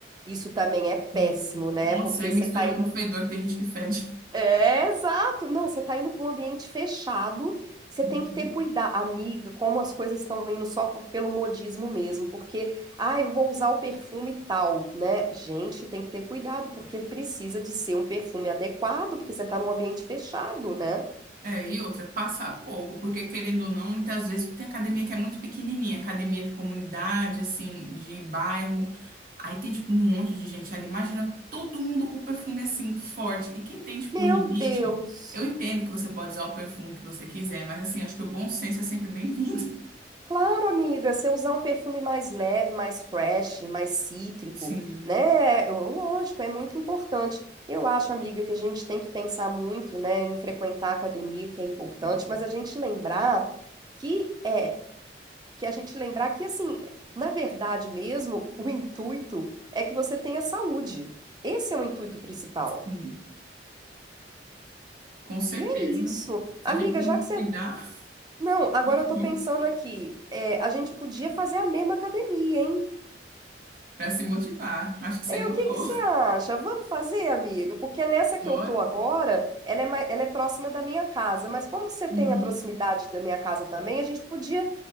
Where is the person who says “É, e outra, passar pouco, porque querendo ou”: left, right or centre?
Right